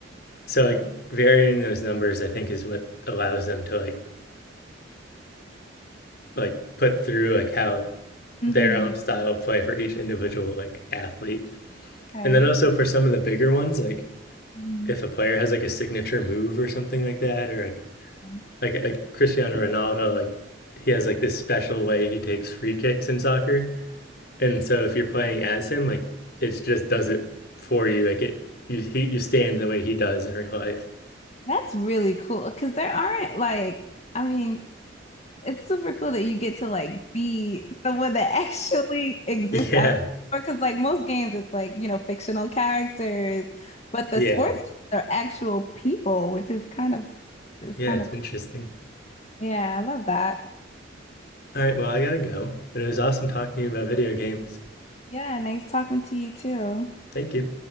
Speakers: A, on the left; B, on the left.
A: So like varying those numbers I think is what allows them to like like put through like how
B: Mm-hmm.
A: their own style of play for each individual like athlete.
B: Okay.
A: And then also for some of the bigger ones, like
B: Mhm.
A: if a player has like a signature move or something like that, or like
B: Okay.
A: like, like Cristiano Ronaldo, like he has like this special way he takes free kicks in soccer. And so if you're playing as him, like it just does it for you. Like it you he, you stand the way he does in real life.
B: That's really cool because there aren't like, I mean, it's super cool that you get to like be someone that <laughs> actually exists
A: <laughs> Yeah,
B: out because like most games it's like, you know, fictional characters, but the
A: yeah,
B: sports games are actual people, which is kind of is
A: yeah.
B: kind
A: It's
B: of cool.
A: interesting.
B: Yeah, I love that.
A: All right, well I gotta go, but it was awesome talking to you about video games.
B: Yeah, nice talking to you too.
A: Thank you.